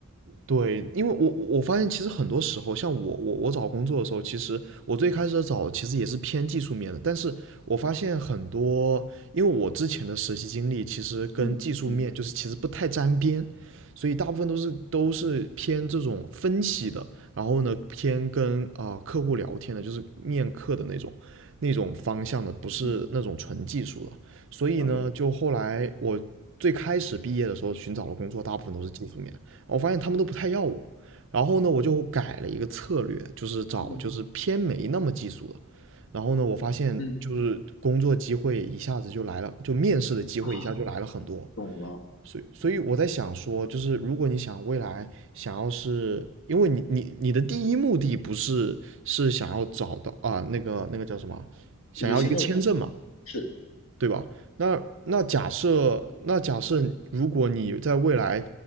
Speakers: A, on the right; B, on the left.
A: 对，因为我我发现其实很多时候，像我我我找工作的时候，其实我最开始找其实也是偏技术面的，但是我发现很多，因为我之前的实习经历其实跟技术面就是其实不太沾边，
B: 嗯嗯，
A: 所以大部分都是都是偏这种分析的，然后呢偏跟啊、呃客户聊天的，就是面客的那种那种方向的，不是那种纯技术的，
B: 嗯
A: 所以呢，
B: 了解，
A: 就后来我最开始毕业的时候寻找的工作，大部分都是技术面。我发现他们都不太要我。然后呢，我就改了一个策略，就是找就是偏没那么技术的。
B: 嗯
A: 然后呢，我发现就是工作机会一下子就来了，
B: 嗯
A: 就面试的机会一下就来了很多。
B: 啊，懂了，
A: 所以，所以我在想说，就是如果你想未来想要是，因为你你你的第一目的不是是想要找到啊、那个那个叫什么，想要一个签证嘛？
B: 解决签证问题嘛，是。
A: 对吧？那那假设，那假设如果你在未来，